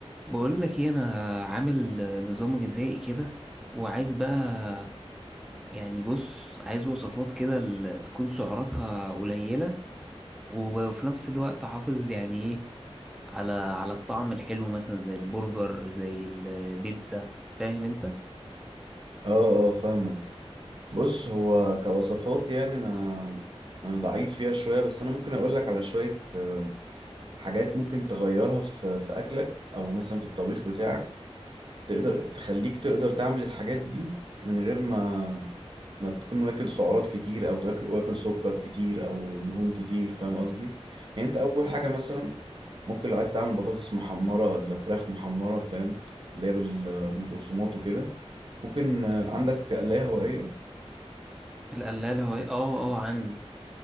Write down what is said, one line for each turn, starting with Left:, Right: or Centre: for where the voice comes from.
Centre: بقول لك ايه انا عامل نظام غذائي كده وعايز بقى يعني بص عايز وصفات كده ال- تكون سعراتها قليلة وفي نفس الوقت احافظ يعني ايه على على الطعم الحلو مثلا زي البرجر زي البيتزا فاهم انت
Right: اه اه فاهمك بص هو كوصفات يعني انا انا ضعيف فيها شويه بس انا ممكن اقول لك على شويه آه، حاجات ممكن تغيرها في في اكلك او مثلا في الطبيخ بتاعك تقدر تخليك تقدر تعمل الحاجات دي من غير ما ما تكون واكل سعرات كتير او تاكل واكل سكر كتير او دهون كتير فاهم قصدي يعني انت اول حاجه مثلا ممكن لو عايز تعمل بطاطس محمره ولا فراخ محمره فاهم اللي هي بال- بالبقسماط وكده ممكن آه، عندك قلاية هوائية
Centre: القلالة وهي اه اه عندي